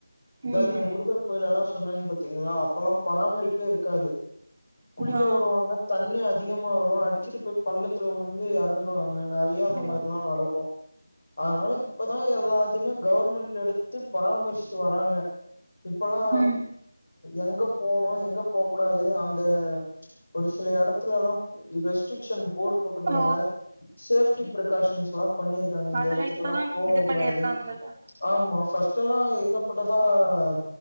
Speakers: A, on the left; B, on the right.
A: இதா
B: ம்
A: இந்த முருகர் கோயில்கலா <unintelligible> திங்களா அப்பல்லா பராமரிப்பே இருக் க்காது குளிக்க
B: ஆ
A: வருவாங்க தண்ணியா அதிகமா வரு அடி ச்சிட்டு போய் பள்ளத்துல உழுந்து எறந்துருவாங்க நறைய அந்த
B: ஓ
A: மாரிலா நடக்கு அதனால இப்பதா எல்லாத்தியுமே கவர்மெண்ட் எடுத்து பராமரிச்சிட்டு வராங்க இப்பல்லா
B: ம்
A: எங்க போணு எங்க போ கூடாது அந்த ஒரு சில எடத்துலலா <unintelligible> க்க்ஷன் போர்டு போட்ருக்காங்க
B: ஓ
A: சேப் பிரிகாஷன்ஸ்லா பண்ணிருக்காங்க இந்த
B: அதெல்லா
A: எடத்துக்கல்லா
B: இப்பதா
A: போகக்
B: இது
A: கூடாது
B: பண்ணிருக்காங்க
A: ஆமா பஸ்ட்டல்லா ஏகப்பட்டதா ஆம்